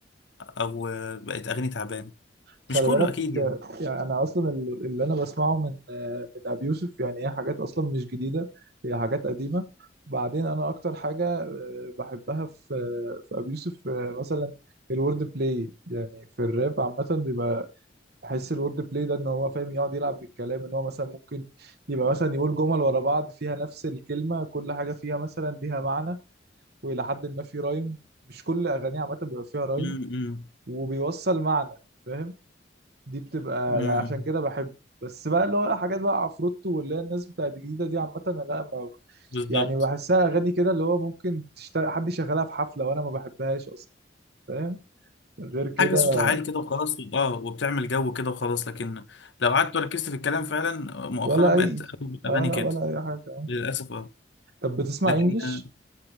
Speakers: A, on the left; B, on the right.
A: او آه، بقت اغاني تعبانه
B: خلي
A: مش كله
B: بالك
A: اكيد يعني
B: آه، يعني أنا أصلا ال- اللي أنا بسمعه من آه، من أبي يوسف يعني هي حاجات أصلا مش جديدة هي حاجات قديمة بعدين أنا أكتر حاجة آه، بحبها في آه، في أبي يوسف آه، مثلا الورد بلاي يعني في الراب عامة بيبقى بحس الورد بلاي ده ان هو فاهم يقعد يلعب بالكلام ان هو مثلا ممكن يبقى مثلا يقول جمل ورا بعض فيها نفس الكلمه كل حاجه فيها مثلا ليها معنى والى حد ما في رايم مش كل اغانيه عامه بيبقى فيها رايم
A: امم
B: وبيوصل معنى فاهم دي بتبقى
A: امم
B: يعني عشان كده بحبه بس بقى اللي هو حاجات بقى عفروتو واللي هي الناس بتاعت الجديده دي عامه أنا لا ما
A: بالظبط
B: يعني بحسها اغاني كده اللي هو ممكن تشتغل حد يشغلها في حفله وانا ما بحبهاش اصلا فاهم غير كده
A: حاجة صوتها عالي كده وخلاص اه وبتعمل جو كده وخلاص لكن لو قعدت وركزت في الكلام فعلا آه، مؤخرا
B: ولا
A: بقت
B: اي
A: أغلب الأغاني
B: اه لا
A: كده
B: ولا اي حاجه
A: للأسف اه
B: طب بتسمع
A: لكن
B: انجلش
A: اه